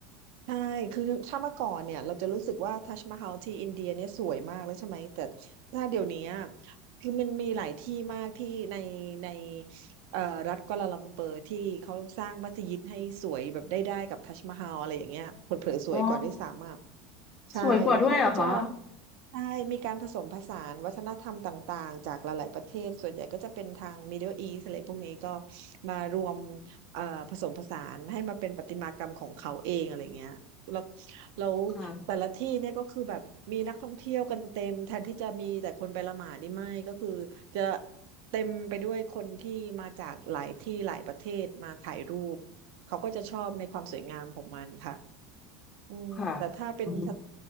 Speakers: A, on the right; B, on the left.
A: ใช่คือถ้าเมื่อก่อนเนี่ยเราจะรู้สึกว่าทัชมาฮาลที่อินเดียเนี่ยสวยมากแล้วใช่ไหม แต่ถ้าเดี๋ยวนี้อะคือมันมีหลายที่มากที่ในในเอ่อรัฐกัวลาลัมเปอร์ที่เขาสร้างมัสยิดให้สวยแบบได้ได้กับทัชมาฮาลอะไรอย่างเงี้ยเผลอๆสวยกว่าด้วยซ้ำอ่ะ
B: อ๋อ
A: ใช่แล้วเขาก็จะ
B: สวยกว่าด้วยเหรอคะ
A: ใช่มีการผสมผสานวัฒนธรรมต่างๆจากหลายๆประเทศส่วนใหญ่ก็จะเป็นทาง Middle East อะไรพวกนี้ก็มารวมเอ่อผสมผสานให้มาเป็นประติมากรรมของเขาเองอะไรเงี้ยแล้วแล้วแต่ละที่เนี่ยก็คือแบบมีนักท่องเที่ยวกันเต็มแทนที่จะมีแต่คนไปละหมาดนี่ไม่ก็คือจะ
B: ค่ะ
A: เต็มไปด้วยคนที่มาจากหลายที่หลายประเทศมาถ่ายรูปเขาก็จะชอบในความสวยงามของมันค่ะ อืมแต่ถ้าเป็นสถ
B: ค่ะอืม